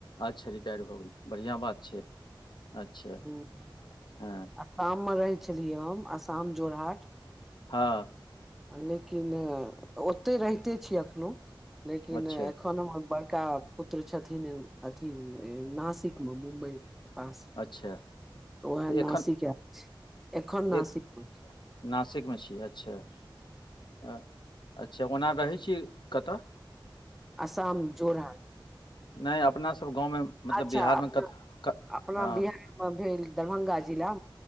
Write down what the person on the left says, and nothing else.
अच्छा रिटायर भऽ गेलियै बढ़ियाँ बात छै अच्छा
हँ
हँ
अच्छा
अच्छा
तऽ एखन
एक नासिकमे छी, अच्छा अच्छा, ओना रहैत छी कतय।
नैय अपना सब गाँव मे मतलब
बिहारमे
कत क
हँ